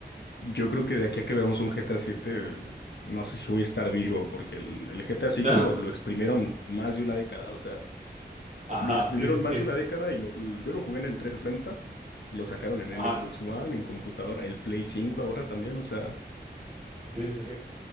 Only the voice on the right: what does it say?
No.
Ajá,
sí, sí,
sí.
Ajá,
sí, sí, sí.